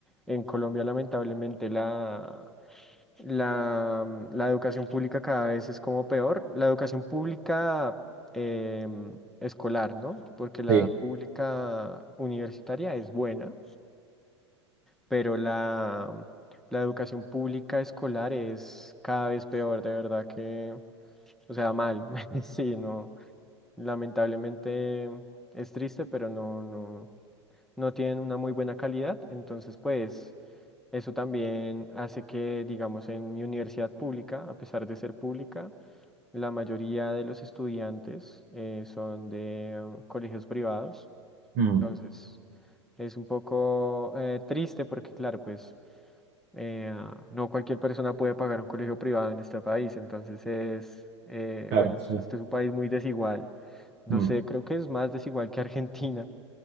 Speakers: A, in the centre; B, on the right.
A: en Colombia lamentablemente la... La, mm, la educación pública cada vez es como peor. La educación pública em, escolar, ¿no? Porque la
B: Sí,
A: pública universitaria es buena, pero la, mm, la educación pública escolar es cada vez peor, de verdad que, o sea, mal. <laughs> Sí, no. Lamentablemente es triste, pero no, no, no tienen una muy buena calidad. Entonces, pues... Eso también hace que, digamos, en mi universidad pública, a pesar de ser pública, la mayoría de los estudiantes eh, son de eh, colegios privados.
B: Mm,
A: Entonces, es un poco eh, triste porque, claro, pues eh, no cualquier persona puede pagar un colegio privado en este país. Entonces, es, eh,
B: claro,
A: bueno, es-
B: sí.
A: este es un país muy desigual. No
B: Mm,
A: sé, creo que es más desigual que Argentina.